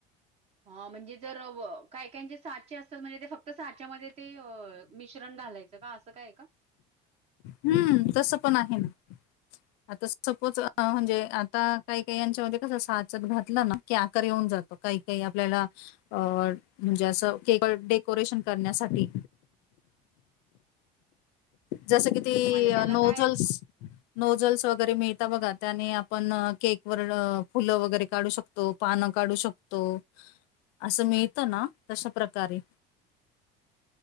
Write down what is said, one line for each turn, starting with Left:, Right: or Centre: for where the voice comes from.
Right: ह म्हणजे जर अ काही काहींचे साचे असतात म्हणजे ते फक् तर साच्यामध्ये ते अ मिश्रण घालायचं का असं काय का?
Left: हम्म तसं पण आहे ना आता सपोज
Right: ह
Left: म्हणजे
Right: ह
Left: आता काही काही यांच्या मध्ये कसं साचेत घातलं ना की आकार येऊन जातो काही काही आपल्याला अ म्हणजे असं के डेकोरेशन करण्यासाठी
Right: <inaudible>
Left: जसं कि ती
Right: आणि त्याला
Left: अ नोझल्स
Right: काय
Left: नोझल्स वगैरे मिळता बघा त्याने आपण केक वर फुलं वगैरे काढू शकतो पान काढू शकतो असं मिळत ना? तशा प्रकारे
Right: <inaudible>